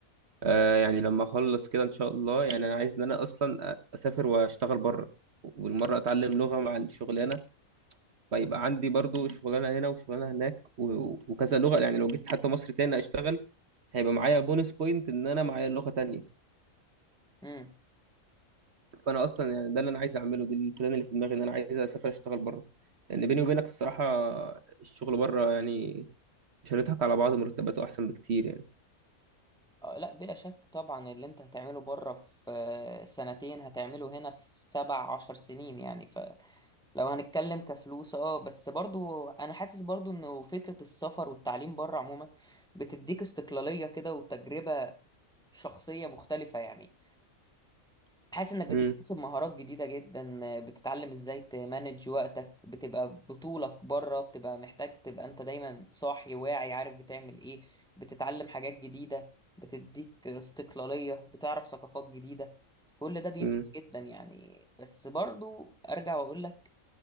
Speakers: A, on the right (about 55°); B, in the centre.
A: آه يعني لما اخلص كده ان شاء الله يعني انا عايز ان انا اصلا اسافر واشتغل بره والمره اتعلم لغه مع الشغلانه فيبقى عندي برضو شغلانه هنا وشغلانه هناك و- وكذا لغه يعني لو جيت حتى مصر تاني اشتغل هيبقى معايا بونس بوينت ان انا معايا لغه تانية
B: امم
A: فانا اصلا يعني ده اللي انا عايز اعمله دي البلان اللي في دماغي ان انا عايز اسافر اشتغل بره لان بيني وبينك الصراحه الشغل بره يعني مش هنضحك على بعض مرتباته احسن بكتير يعني
B: آه، لا بلا شك طبعا اللي انت هتعمله بره في آه، سنتين هتعمله هنا في سبع عشر سنين يعني لو هنتكلم كفلوس اه بس برضو انا حاسس برضو انه فكرة السفر والتعليم بره عموما بتديك استقلالية كده وتجربة شخصية مختلفة يعني حاسس انك بتكتسب
A: امم
B: مهارات جديدة جدا بتتعلم ازاي تمانج وقتك بتبقى بطولك بره بتبقى محتاج تبقى انت دايما صاحي واعي عارف بتعمل ايه بتتعلم حاجات جديدة بتديك استقلالية بتعرف ثقافات جديدة كل ده بيفرق
A: امم
B: جدا يعني بس برضو ارجع واقول لك